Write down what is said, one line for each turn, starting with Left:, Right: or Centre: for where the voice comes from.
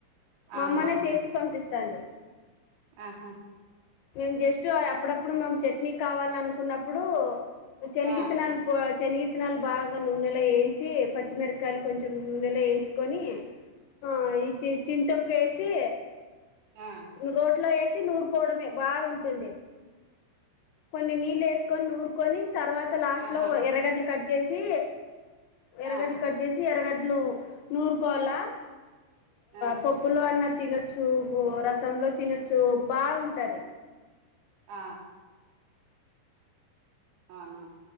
Left: మా
Right: అవునవునులే
Left: అమ్మనే చేసి పంపిస్తాంది.
Right: ఆహా
Left: మేము జస్ట్ అయి అప్పుడప్పుడు మేము చట్నీ కావాలనుకున్నప్పుడూ శనగిత్తినలు
Right: ఆ
Left: పో శనగిత్తనాలు బాగా నూనెలో ఏంచ్చి పచ్చిమిరకాయల్ కొంచం నూనెలో ఎంచుకొనీ ఆ ఈ చిచిన్ తొక్కు ఏసీ
Right: ఆ
Left: రోట్లో ఎసి నూరుకోడమే బాగుంటుంది కొన్ని నీళ్ళు ఎస్కొని నూర్కొని తర్వాత లాస్ట్
Right: ఆహా
Left: లో కో ఎర్రగడ్లు కజ్ జేసీ ఎర్రగడ్లు
Right: ఆ
Left: కజ్ జెసి చి ఎరగడ్లు నూరుకోల్లా
Right: ఆ
Left: ప్పులో అన్న తినొచ్చూ బు రసంలో తినొచ్చు బాగుంటది.
Right: ఆ అవునా